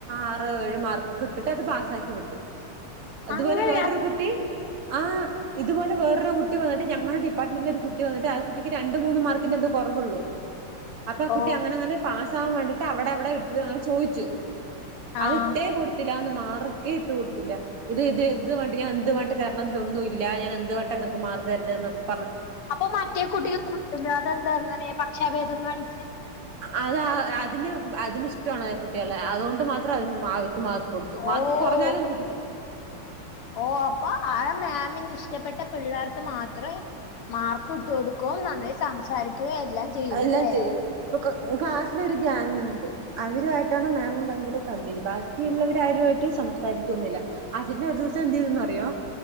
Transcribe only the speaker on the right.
ആ റ് ഏഴു മാർക്ക് കിട്ടിട്ട് അത് പാസ്സാക്കി വിട്ടു അതുപോലെ
വേറൊരു കുട്ടി ആ ഇതുപോലെ വേറൊരു കുട്ടി വന്നിട്ട് ഞങ്ങളുടെ ഡിപ്പാർട്ട്മെന്റിലൊരു കുട്ടി വന്നിട്ട് ആ കുട്ടിക്ക് രണ്ട് മൂന്ന് മാർക്കിന്റെ എന്തോ കൊർവൊള്ളൂ അപ്പൊ ആ
കുട്ടി അങ്ങനെ അങ്ങനെ പാസ്സ് സ്സാവാൻ വേണ്ടിട്ട് അവിടെ അവിടെ എടുത്തത് അങ്ങനെ ചോദിച്ചു അത്
ഇട്ടേ കൊടുത്തിലാന്ന് മാറ് ക്കേ ഇട്ട് കൊടുത്തില്ല ഇത് ഇത് എന്ത് വേണ്ടി ഞാ എന്ത് വാണ്ടിട്ട് തര്ണം തിലൊന്നും ഇല്ല ഞൻ എന്ത് വേണ്ടിട്ടാ മാർക്ക് തെര്ന്റ്നൊക്കെ
അത് അതിന് അതിന് ഇഷ്ടമാണ് കുട്ടികളെ അതുകൊണ്ട് മാത്രം അതിന് മാ ത്ക്ക്മാർ കൊടുത്തു മാർക്ക്
കൊറഞ്ഞാലും കൂട്ടി കൊടുക്കും
എല്ലാം ചെയ്യുള്ളൂ ഇപ്പൊ ക്ലാസ്സിലൊര് ഗ്യങ് ഉണ്ട് അവരുവായിട്ടാണ് മാമം ഭയങ്കര- കമ്പനി ബാക്കിയുള്ളവര ആരുമായിട്ട് സംസാരിക്കൊന്നില്ല അതിനെ ഒരു ദിവസം എന്ത് ചെയ്തെന്ന്റിയോ